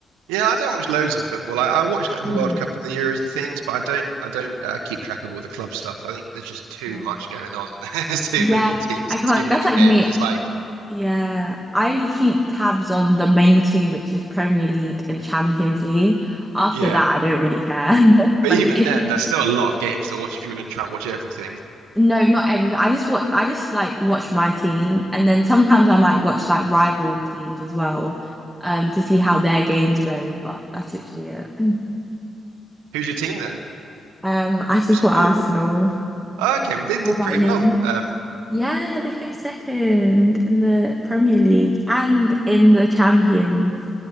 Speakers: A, on the right; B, in the centre.
A: Yeah, I don't watch loads of football. I, I watch like
B: Hmm.
A: the World Cup and the Euros and things, but I don't I don't uh, keep track of all the club stuff. I think there's just too
B: Um,
A: much going on. <laughs> There's too
B: yeah,
A: many teams
B: I can't.
A: and too many
B: That's like
A: games.
B: me.
A: It's like,
B: Yeah, I only keep tabs on the main two, which is Premier League and Champions League. After
A: yeah.
B: that, I don't really care. <laughs>
A: But
B: Like,
A: even
B: if
A: then, there's still a lot of games to watch if you were going to try and watch everything.
B: No, not everything. I just watch. I just like watch my team, and then sometimes I might watch like rival teams as well, um, to see how their games go. But that's literally it. <laughs>
A: Who's your team then?
B: Um, I support
A: You support?
B: Arsenal.
A: Oh, okay, well they
B: What
A: did
B: about
A: pretty
B: you?
A: well um,
B: Yeah, they came second in the Premier League and in the Champions.